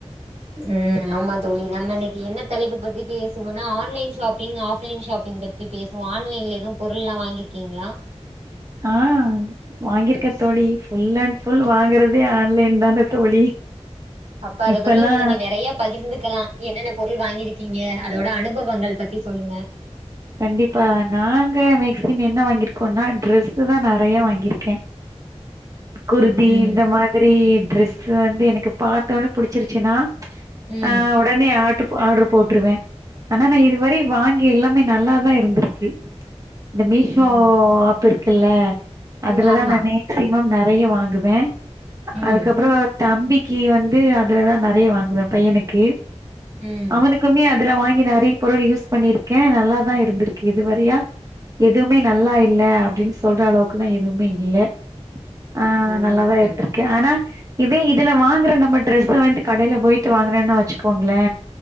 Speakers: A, on the right; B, on the right.
A: ம் ஆமா தோழி நம்ம இன்னிக்கி என்ன தலைப்பு பத்தி பேசுவோன்னா ஆன்லைன் ஷாப்பிங் ஆஃப்லைன் ஷாப்பிங் ங்கத்தி பேசுவோ ஆன்லைன்ல எதுவ் பொருள்ல்லா வாங்கிருக்கீங்களா
B: ஆ வாங்கியிருக்க தோழி ஃபுல் அண்ட் ஃபுல் வாங்கறதே ஆன்லைன் தான தோழி
A: அப்ப அத
B: இப்பல்லா
A: பத்தி நீங்க நெறைய பகிர்ந்துக்கலா என்னென்ன பொருள் வாங்கிருக்கீங்க அதோட அனுபவங்கள் பத்தி சொல்லுங்க
B: கண்டிப்பா நாங்க மேக்சிமம் என்ன வாங்கியிருக்கோன்னா டிரெஸ்சு தா நெறைய வாங்கிருக்கே குர்தி
A: ம்
B: இந்த மாதிரி டிரெஸ் வந்து எனக்கு பாத்தோனே புடிச்சிருச்சுன்னா
A: ம்
B: ஆ ஒடனே ஆர்ட் ஆர்ட்ரு போட்டுருவே ஆனா நா இது வரை வாங்கி எல்லா மே நல்லாதா இருந்திருக்கு இந்த மீஷோ
A: ம்
B: ஆப் இருக்குல்ல
A: ம்
B: அதுலதா
A: ஆமா
B: நா மேக்சிமம் நெறைய வாங்குவே
A: ம்
B: அதுக்கப்றோ தம்பிக்கி வந்து அதுலதா நெறைய வாங்குவே பையனுக்கு
A: ம்
B: அவனுக் க்குமே அதல வாங்கி நெறைய பொருள் யூஸ் பண்ணியிருக்கே நல்லாதா இருந்திருக்கு இது வரையா எதுவுமே நல்லா இல்ல அப்டின் சொல்ற அளவுக்குலா எதுவுமே இல்ல ஆ
A: ஓ
B: நல்லாதா
A: ஓகே
B: இருந்திருக்கே
A: ஓகே
B: ஆனா இதே இதல வாங்கற நம்ம டிரெஸ்ஸ வந்து கடைல போயிட்டு வாங்குறேனா வச்சுகோங்ளே